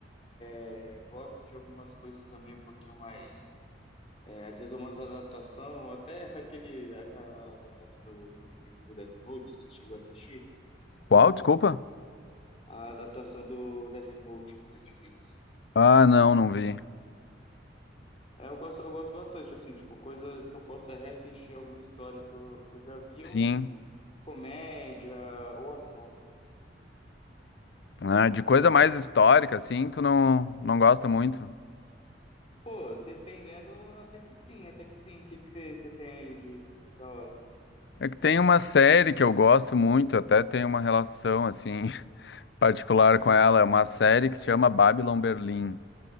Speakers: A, on the left (about 30°); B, on the left (about 65°).
A: é, gosto de algumas coisas também um pouquinho mais. é, às vezes umas adaptação, até <laughs> aquele, aquela adaptação do Netflix do Death Note, você chegou a assistir?
B: Qual? Desculpa?
A: A adaptação do Death Note na Netflix.
B: Ah, não, não vi.
A: É, eu gosto, eu gosto bastante, assim, tipo, coisas que eu possa reassistir alguma história que eu, que eu já vi,
B: Sim.
A: ou comédia, ou ação.
B: Ah, de coisa mais histórica, assim, tu não, não gosta muito.
A: Pô, dependendo, até que sim, até que sim. O que que você você tem aí de da hora?
B: É que tem uma série que eu gosto muito, até tem uma relação, assim, <laughs> particular com ela. É uma série que se chama Babylon Berlim.